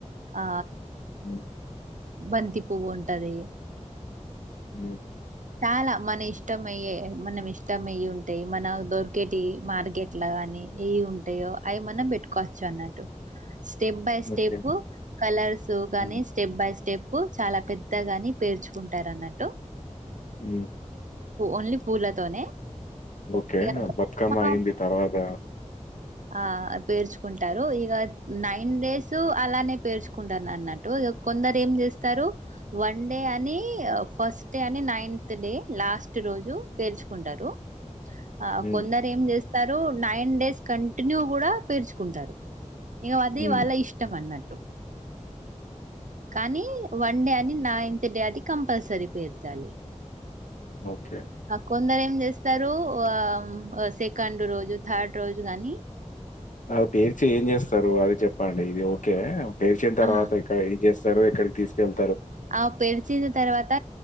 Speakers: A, on the right; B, on the left.
A: ఆ
B: అ
A: బంతి పువ్వు ఉంటది
B: అ
A: చాలా మన ఇష్టం అయ్యే మనం ఇష్టం అయ్య ఉంటాయి మన దొర్కేటి మార్కెట్ లాగాని కానీ ఏవి ఉంటాయో అవి మనం పెట్టుకోవచ్చు అన్నట్టు step by step
B: okay
A: colours కానీ
B: హ్మ్
A: స్టెప్ బై స్టెప్ ప్పు చాలా పెద్దగాని పేర్చుకుంటారు అన్నట్టు
B: అ
A: ఓన్లీ పూలతోనే
B: ఓకే
A: ఇక
B: బతుకమ్మ
A: ఆ!
B: అయిింది తర్వాత
A: ఆ పేర్చుకుంటారు ఇక నైన్ డేస్ అలానే పేర్చుకుంటను అన్నట్టు కొందరు ఏం చేస్తారు వన్ డే అని ఫస్ట్ డే అని నైన్త్ డే లాస్ట్ రోజు పేల్చుకుంటారు ఆ
B: హ్మ్
A: కొందరు ఏం చేస్తారు నైన్ డేస్ కంటిన్యూ కూడా పేరుచుకుంటారు ఇంక అది
B: హ్మ్
A: వాళ్ళ ఇష్టం అన్నట్టు కానీ వన్ డే అని నైన్త్ డే అది కంపల్సరీ పేర్చాలి
B: ఓకే
A: ఆ కొందరు ఏం చేస్తారు ఆ సెకండ్ రోజు థర్డ్ రోజు గానీ
B: అది పేరుచి ఏం చేస్తారు అది చెప్ప పండి ఇది ఓకే పేర్చిన తర్వాత
A: ఆ
B: ఇక్కడ ఏం చేస్తారు ఎక్కకి తీసుకెళ్
A: ఆ పెడ్సిన తర్వాత